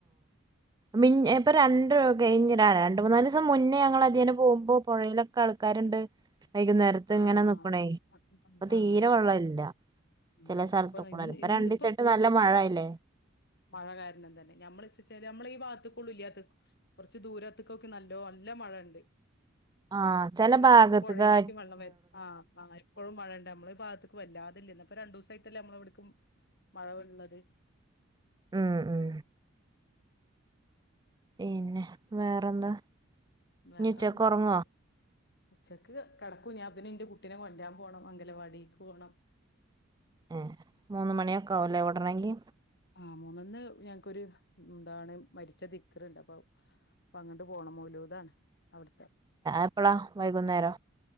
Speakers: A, on the right (about 20°); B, on the left (about 55°).
A: മിഞ്ഞെ ഇപ്പൊ രണ്ട് കഴിഞ്ഞെര രണ്ട് മൂന്നാല് ദിവസം മുന്നേ ഞങ്ങൾ അതിയേനെ പോമ്പോ പുഴീലൊക്കെ ആൾ ക്കാര്ണ്ട് വൈകുന്നേരത്ത്
B: ആഹ്
A: ഇങ്ങനെ
B: ആഹ്
A: നിപ്പനെ ഇപ്പൊ
B: ആഹ്
A: തീരെ വെള്ള ഇല്ല
B: ഇല്ല
A: ചെല സ്ഥലത്ത്
B: ഇപ്പൊ
A: കൂടെള്ളു
B: ഇന്ന്
A: ഇപ്പൊ
B: ഇന്ന്
A: രണ്ടീസായിട്ട് നല്ല മഴായില്ലേ.
B: മഴ കാരണം തന്നെ. ഞമ്മള്ച്ച്ച്ചാല് ഞമ്മളെ ഈ ഭാത്തുക്കുള്ളൂ ഇല്ലാത്തത് കുറച്ച് ദൂരത്ത്ക്കൊക്കെ നല്ലോ നല്ല മഴണ്ട്.
A: ആഹ് ചെല
B: അത് കാരണാണ്
A: ഭാഗത്ത്ക്കാ
B: പുഴയിലൊക്കെ വെള്ളം വരും ആഹ് ആഹ് എപ്പഴും മഴണ്ട് നമ്മള ഈ ഭാഗത്ത്ക്ക് വല്ലാതില്ല ഇന്നപ്പൊ രണ്ടൂസായിട്ടല്ലെ നമ്മളെവിട്ക്കും മഴവ്ള്ളത്
A: ഉം ഉം പിന്നെ വേറെന്താ
B: വേറെ
A: ഇനി ഉച്ചക്ക്
B: എന്താ
A: ഉറങ്ങുവോ
B: അതെ ഉച്ചക്ക് കിടക്കും ഞാൻ പിന്നെ ഇന്റെ കുട്ടിനെ കൊണ്ടരാൻ പോണം അങ്കല വാടീക്ക് പോണം
A: ഏഹ് മൂന്ന് മണിഓക്കെ ആവുല്ലേ വിടണെങ്കി.
B: ആഹ് മൂന്നൊന്ന് ഞങ്ങക്കൊരു എന്താണ് മരിച്ച ദിക്ക്ർ ഇണ്ട് അപ്പൊ അപ്പൊ അങ്ങട്ട് പോണം മൗലൂതാണ് അവിടുത്തെ
A: എപ്പളാ
B: ഉപാപ്പ
A: വൈകുന്നേരോ